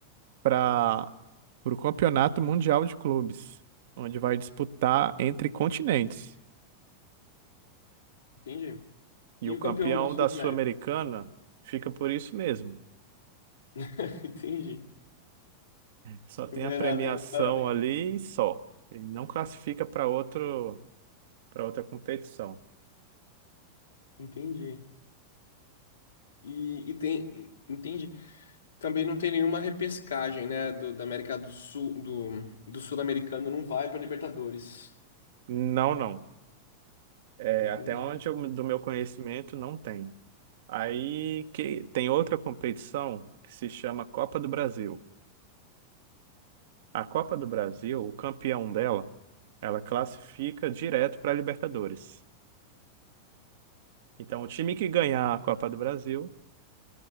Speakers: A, on the right; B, on the left.
A: para o Campeonato Mundial de Clubes, onde vai disputar entre continentes.
B: Entendi.
A: E
B: E
A: o
B: o
A: campeão
B: campeão da Sul-América?
A: da Sul-Americana fica por isso mesmo.
B: <laughs> Entendi.
A: Só
B: Não
A: tem
B: ganha
A: a premiação
B: nada, ganha um parabéns.
A: ali e só. Ele não classifica para outro, para outra competição.
B: Entendi. E, e tem, entende? Também não tem nenhuma repescagem, né? Do, da América do Sul, do, do Sul-Americano não vai para Libertadores,
A: Não, não. É,
B: entende?
A: até onde eu, do meu conhecimento não tem. Aí que tem outra competição que se chama Copa do Brasil. A Copa do Brasil, o campeão dela, ela classifica direto para a Libertadores. Então, o time que ganhar a Copa do Brasil